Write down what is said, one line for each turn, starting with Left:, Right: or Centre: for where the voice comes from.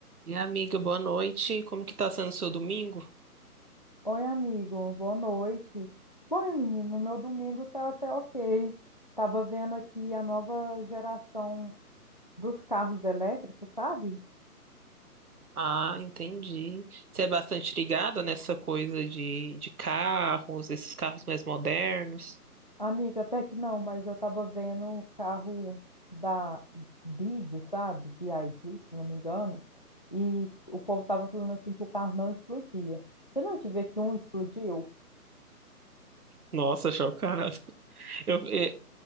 Right: E amiga, boa noite. Como que tá sendo o seu domingo?
Left: Oi, amigo, boa noite. Bom, menino, meu domingo tá até ok. Tava vendo aqui a nova geração dos carros elétricos, sabe?
Right: Ah, entendi. Você é bastante ligada nessa coisa de, de carros, esses carros mais modernos.
Left: Amiga, até que não, mas eu tava vendo o carro da BID, sabe? BID, se não me engano. E o povo tava falando assim que o carro não explodia. Você não é de ver que um explodiu?
Right: Nossa, chocado. <laughs> Eu, e-